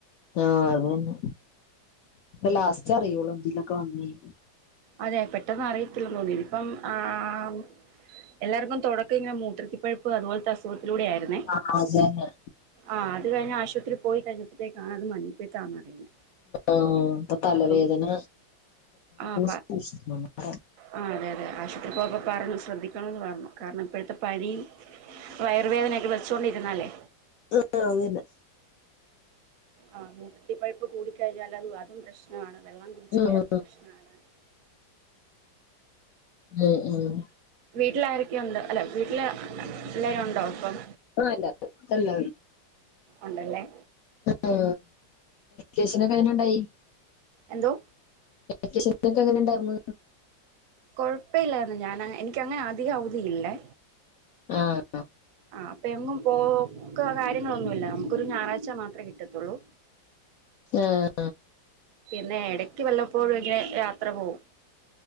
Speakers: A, on the left; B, on the right.
A: ആഹ് അതന്നെ ഇപ്പോ ലാസ്റ്റ് അറിയുള്ളൂ എന്തെങ്കിലുമൊക്കെ വന്ന് കഴിഞ്ഞാൽ
B: അതെ പെട്ടെന്ന് അറിയത്തില്ലന്ന് തോന്നുന്നു ഇപ്പം ആഹ് എല്ലാർക്കും തുടക്കം ഇങ്ങനെ മൂത്രത്തിൽ പഴുപ്പ് അതുപോലത്തെ അസുഖത്തിലൂടെ ആയിരുന്നേ
A: ആഹ് അതന്നെ
B: ആഹ് അത് കഴിഞ്ഞ് ആശുപത്രി പോയി കഴിഞ്ഞപ്പോഴത്തേ ക്കാണ് മഞ്ഞപ്പിത്തം ആന്ന് അറിയുന്നേ
A: ആഹ് ഇപ്പൊ തലവേദന
B: അപ്പം ആഹ്
A: <unintelligible>
B: ആഹ് അതെ അതെ ആശുപത്രി പോയപ്പോ പറഞ്ഞു ശ്രദ്ധിക്കണന്ന് പറഞ്ഞു കാരണം ഇപ്പോഴത്തെ പനി വയറുവേദനയൊക്കെ വെച്ചോണ്ടിരുന്നല്ലേ
A: ആ അന്നെ
B: ആഹ് മുൃത്തിപ്പഴുപ്പ് കൂടിക്കഴിഞ്ഞാൽ അത് അതും പ്രശ്നമാണ് വെള്ളം കുടിച്ചില്ലേ
A: ഉം
B: അതും പ്രശ്നമാണ്
A: ഉം ഉം
B: വീട്ടിൽാരൊക്കെയുണ്ട് അല്ലെ വീട്ടില് എല്ലരും ഉണ്ടോ അപ്പം
A: ആഹ അല്ല അല്ല
B: ഉണ്ടല്ലേ
A: ആ് നിശനൊക്കെ അതിനുണ്ടായി
B: എന്തോ
A: എക്കെ അങ്ങനെ ഉണ്ടായിമ്മ
B: കുഴപ്പമ ഇില്ലായിന്ന് ഞാൻ എനിക്കങ്ങനെ അധികം അവധിയില്ലേ
A: ആഹ
B: ആ അപ്പ എങ്ങും പോക്ക കാര്യങ്ങളൊന്നുമില്ല നമുക്ക്ൊരു ഞായറാഴ്ച്ച മാത്രേ കിട്ടത്തുള്ളൂ
A: ആഹ
B: പിന്നെ ഇടക്ക് വല്ലപ്പോഴും ഇങ്ങനെ യാത്ര പോകവും